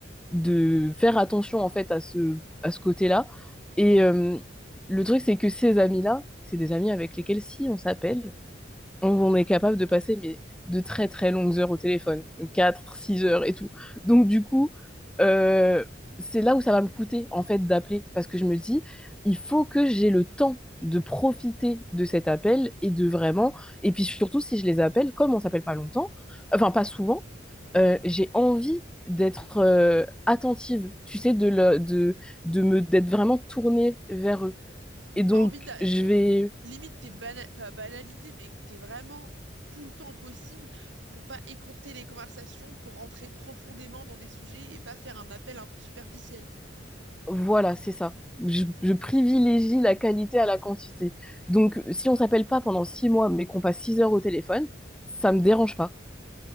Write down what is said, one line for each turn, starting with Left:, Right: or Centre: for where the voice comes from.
Centre: de faire attention en fait à ce, à ce côté-là. Et euh, le truc, c'est que ces amis-là, c'est des amis avec lesquels si on s'appelle on, on est capable de passer mais de très très longues heures au téléphone, 4, 6 heures et tout. Donc du coup, euh, c'est là où ça va me coûter en fait d'appeler parce que je me dis, il faut que j'ai le temps de profiter de cet appel et de vraiment, et puis surtout si je les appelle, comme on s'appelle pas longtemps, enfin pas souvent, euh, j'ai envie d'être euh, attentive, tu sais, de, le- de, de me, d'être vraiment tournée vers eux. Et donc,
Right: T'as envie d'a-
Centre: je
Right: que
Centre: vais
Right: limite t'es bana- pas banalisé, mais que t'es vraiment tout le temps possible pour pas écourter les conversations, pour rentrer profondément dans des sujets et pas faire un appel un peu superficiel.
Centre: Voilà, c'est ça. Je, je privilégie la qualité à la quantité. Donc, si on s'appelle pas pendant six mois, mais qu'on passe six heures au téléphone, ça me dérange pas.